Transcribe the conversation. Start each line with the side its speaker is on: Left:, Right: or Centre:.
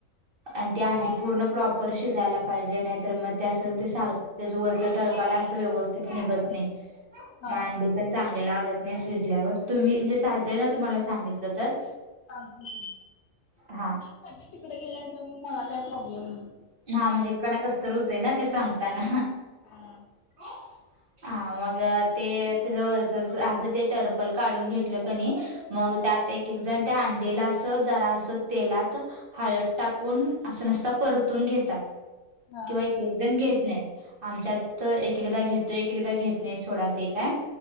Right: आणि त्या अंडी पूर्ण प्रॉपर शिजायला पाहिजे नाहीतर मग ते असं ते साल त्याच वरचां टळपायला असं व्यवस्थित निघत नाही
Left: हा
Right: माज
Left: हा
Right: प चांगले लागत नाही शिजल्यावर तुम्ही म्हणजे चालतय ना तुम्हाला सांगितलं तर
Left: ां मी
Right: हा
Left: ख तिकडे गेल्याय तर मग मला काय प्रॉब्लेम
Right: हा म्हणजेकणा कस तर र होतय ना ते सांगताना
Left: हा
Right: <unintelligible> हा मग ते त्याच वरच असं ते टर्पल काढून घेतलं कनी मग त्यात एक एक जण त्या अंडीला असं जरा असं तेलात हळ टाकून असं नसत परतून घेतात
Left: हा
Right: किंवा एक जण घेत नाहीत आमच्यात एक एकदा घेतो एक एकदा घेत नाही सोड ते काय